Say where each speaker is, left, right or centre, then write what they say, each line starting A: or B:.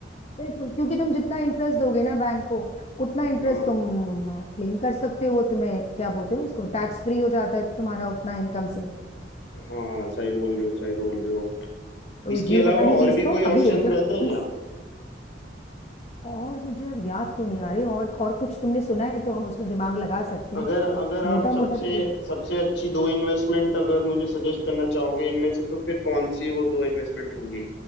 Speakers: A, on the left; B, on the left.
A: बिल्कुल क्योंकि तुम जितना इंटरेस्ट दोगे ना बैंक को उतना इंटरेस्ट
B: हाँ
A: तुम क्लेम कर सकते हो वो तुम्हें क्या बोलते हो उसको टैक्स फ्री हो जाता है तुम्हारा उतना इनकम से
B: हाँ सही बोल रहे हो सही बोल रहे हो
A: तो
B: इसके
A: ये
B: अलावा
A: वाली
B: और
A: चीज
B: भी
A: तो
B: कोई
A: अभी
B: ऑप्शंस
A: एकदम
B: रहते हैं क्या
A: और मुझे अब याद तो नहीं आ रही और और कुछ तुमने सुना है तो हम उसमें दिमाग लगा सकते
B: अगर
A: हैं
B: अगर आप
A: मोटा मोटा
B: सबसे
A: तो देखो
B: सबसे अच्छी दो इन्वेस्टमेंट अगर मुझे सजेस्ट करना चाहोगे इनमें से तो फिर कौन सी वो दो इन्वेस्टमेंट होंगी